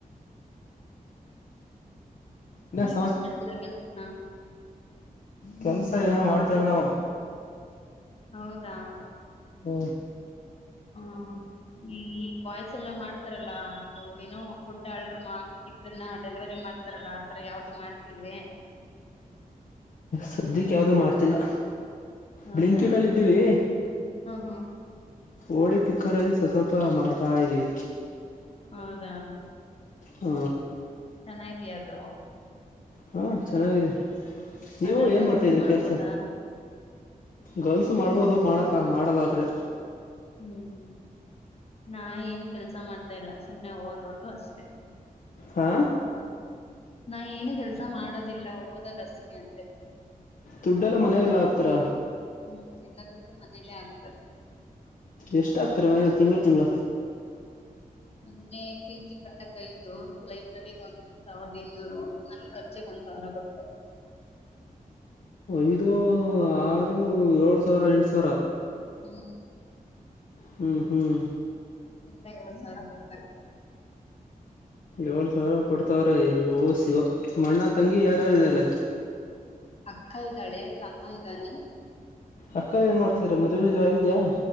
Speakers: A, on the left; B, on the left.
A: ಇನ್ನೇನು
B: ನೀವೇನ್ ಮಾಡ್ತೀರಾ ಕೆಲ್ಸನಾ
A: ಕೆಲ್ಸ ಏನು ಮಾಡ್ತಾರ ನಾವು
B: ಹೌದಾ
A: ಹ್ಮ
B: ಹ್ಮ ಈ ಬಾಯ್ಸ್ ಎಲ್ಲಾ ಮಾಡ್ತಾರಲ್ಲಾ ಇದು ಏನು ಫುಡ್ ಆಡ್ರ ಹಾಕಿದನ್ನ ಡೆಲಿವರಿ ಮಾಡ್ತಾರ ಅಲಾ ಆತರ ಯಾವ್ದ ಅದು ಮಾಡ್ತಿಲ್ವೇ
A: ಸದ್ಯಕ್ಕೆ ಯಾವುದು ಮಾಡ್ತಿಲ್ಲ
B: ಹೌದಾ
A: ಬ್ಲಿಂಕಿಟ್ ಅಲ್ಲಿ ಇದ್ದೀವಿ
B: ಹಾ ಹಾ
A: ಓಡಿ ಪಿಕ್ಕರಾಗಿ ಸೊಸಲ್ಪ ತಪ್ಪ ಮಾಡ್ತಾ ಇದೀವಿ
B: ಹೌದಾ
A: ಹ
B: ಚೆನಗಿದಿಯ ಅದು
A: ಹಾ ಚೆನ್ನಾಗಿದೆ ನೀವು
B: ಅದ್ರಲ್ಲಿ
A: ಏನ್
B: ಗಲ್ಸು
A: ಮಾಡ್ತಾ ಇದ್ರಿ
B: ಮಾಡ್ಬೋದಾ
A: ಕೆಲ್ಸಾ ಗರ್ಲ್ಸ್ ಅ ಮಾಡ್ಬೋದು ಮಾಡೋಕ ಮಾಡಲಾದ್ರೆ
B: ಹ್ಮ್ ನಾ ಏನು ಕೆಲ್ಸ ಮಾಡ್ತಾ ಇಲ್ಲ ಸುಮ್ನೆ ಓದೋದು ಅಷ್ಟೇ
A: ಹಾ
B: ನಾ ಏನು ಕೆಲ್ಸ ಮಾಡೋದಿಲ್ಲ ಓದದಷ್ಟೇ ಅಂತೆ
A: ದುಡ್ಡೆಲ್ಲ ಮನೆದೆಲ್ಲಾ ಆಕ್ತಾರ
B: ಹ್ಮ್ ಎಲ್ಲದಕ್ಕೂ ಮನೇಲ್ಲೇ ಆಗ್ತದೆ
A: ಎಷ್ಟಾಗ್ತಾರೆ ಮನ ತಿಂಗಳು ತಿಂಗಳ
B: ಮನ್ನೆ ಪಿ ಜಿ ಕಟ್ಟಕ್ ಐದು ಲೈಬ್ರರಿಗ್ ಒಂದ ಸಾವಿರದ ಏಳ್ನೂರು ನನ್ ಖರ್ಚಿಗೆ ಒಂದ್ ಸಾವಿರ ಕೊಡ್ತರೆ
A: ಐದು ಆರ್ ಅವರು ಏಳು ಸಾವಿರ ಎಂಟು ಸಾವಿರ
B: ಹ್ಮ
A: ಹ್ಮ್ ಹ್ಮ್
B: ಇಲ್ಲ ಎಳ ಸಾರ ಕೊತ
A: ಏಳ್ ಸರ ಪಡ್ತಾವ್ರೆ ಅಯ್ಯೋ ಶಿವ ಅಣ್ಣ ತಂಗಿ ಯಾರ್ಯಾರಿದರೆ
B: ಅಕ್ಕ ಇದ್ದಾಳೆ ತಮ್ಮ ಇದ್ದಾನೆ
A: ಅಕ್ಕ ಏನ್ ಮಾಡ್ತ್ರ ಮದುವಿದ ಆಗಿದ್ಯಾಾ